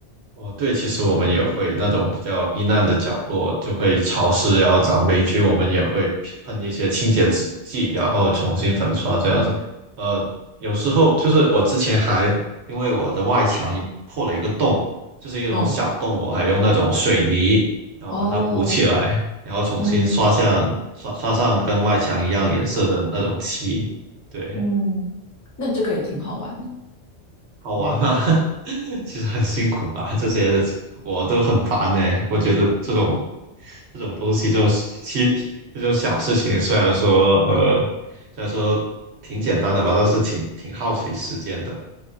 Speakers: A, on the right; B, on the left.
A: 哦，对，其实我们也会那种比较阴暗的角落，就会潮湿，然后长霉菌，我们也会喷一些清洁制剂，然后重新粉刷这样子。呃，有时候就是我之前还因为我的外墙也破了一个洞，就是一种小洞，
B: 哦
A: 我还用那种水泥，然后把它补起来，
B: 哦，
A: 然后重新刷上刷刷上跟外墙一样颜色的那种漆。
B: 嗯
A: 对，
B: 嗯，那这个也挺好玩的，
A: 好玩吗？
B: 嗯。
A: <laughs> 其实很辛苦吧，这些我都很烦呢、我觉得这种这种东西，这种其这种小事情，虽然说呃，虽然说挺简单的吧，但是挺挺耗费时间的。